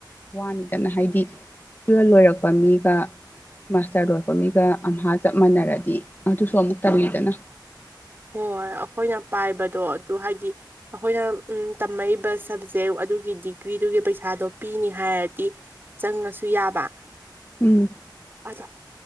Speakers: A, on the left; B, on the right.
A: ꯋꯥꯅꯤꯗꯅ ꯍꯥꯏꯗꯤ ꯇꯨꯋꯦꯜꯕ ꯂꯣꯏꯔꯛꯄ ꯃꯤꯒ ꯃꯥꯁꯇꯔ ꯂꯣꯏꯄ ꯃꯤꯒ ꯑꯝꯍꯥ ꯆꯞ ꯃꯥꯟꯅꯔꯗꯤ ꯑꯗꯨꯁꯨ ꯑꯃꯨꯛ ꯇꯪꯅꯤꯗꯅ
B: ꯍꯣꯏ ꯑꯈꯣꯏꯅ ꯄꯥꯏꯕꯗꯣ ꯑꯗꯨ ꯍꯥꯏꯗꯤ ꯑꯈꯣꯏꯅ ꯎꯝ ꯇꯝꯃꯛꯏꯕ ꯁꯕꯖꯦꯛ ꯑꯗꯨꯒꯤ ꯗꯤꯒ꯭ꯔꯤꯗꯨꯒꯤ ꯄꯩꯁꯥꯗꯣ ꯄꯤꯅꯤ ꯍꯥꯏꯔꯗꯤ ꯆꯪꯉꯁꯨ ꯌꯥꯕ
A: ꯎꯝ
B: ꯑꯗꯣ